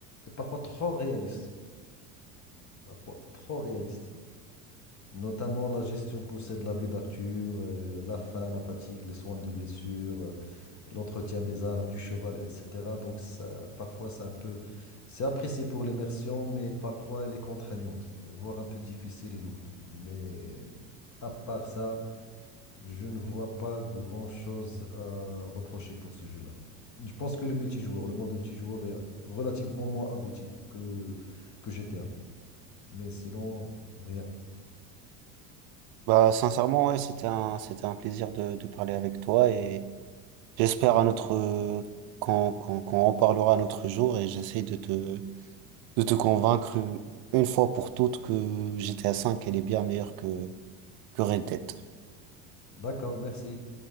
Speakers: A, on the left (about 35°); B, on the right (about 55°).
A: est parfois trop réaliste, parfois trop réaliste. Notamment la gestion poussée de la vie d'Arthur, euh, la faim, la fatigue, les soins de blessure l'entretien des armes, du cheval, etc. Donc ça, parfois, c'est un peu, c'est apprécié pour l'immersion, mais parfois elle est contraignante, voire un peu difficile et lourde. Mais à part ça, je ne vois pas grand-chose à reprocher pour ce jeu-là. Je pense que le multijoueur, le mode multijoueur est relativement moins abouti que, que GTA. Mais sinon, rien.
B: Bah, sincèrement, ouais, c'était un, c'était un plaisir de, de parler avec toi et j'espère à notre, qu'on, qu'on, qu'on en parlera un autre jour et j'essaie de te, de te convaincre une fois pour toutes que GTA cinq elle est bien meilleure que, que Red Dead.
A: D'accord, merci.